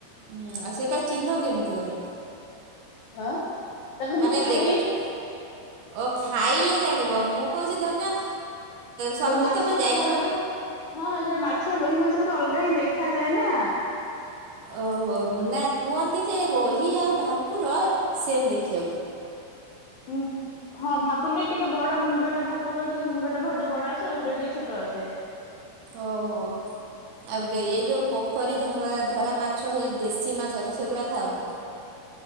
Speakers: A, on the right; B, on the left.
A: ହଁ ଆ ସେଇଟା ଚିହ୍ନ କେମିତି ତମେ?
B: ଆଁ। ତାକୁ ମୁଁ
A: ମାନେ
B: ହଁ
A: ଦେଖ ଓ ଖାଇଲେ ଜାଣିବ ମୁଁ କହୁଛି ଧନ୍ୟ ସପୋଜ
B: ମାଛ
A: ତମେ ଯାଇଥିବ
B: ଭାଉଛ ହଁ ମାଛ ବହି ମାଛରେ ତ ଅଲ କାହିଁ ଦେଖାଯାଏ ନା।
A: ଓହୋ ନା କୁହନ୍ତି ଯେ ରୋହି ଆଉ ଭାକୁର ସେମ୍ ଦେଖିବାକୁ।
B: ହୁ ହଁ ଭାକୁରରେ ଟିକେ ବଡ ମୁଣ୍ଡ ଟା ଭାକୁରର ଟିକେ ମୁଣ୍ଡ ଟା ଭାଉଜ ବଡ ଆସେ ରୋହିର ଟିକେ ଛୋଟ ଆସେ। ସେ।
A: ଓହୋ ଆଉ ଏ ଯୋଉ ପୋଖରୀ ଧ ଧରା ମାଛ। ମାଛ ଦେଶୀ ମାଛ ସେଗୁଡାକ ଖାଉନି।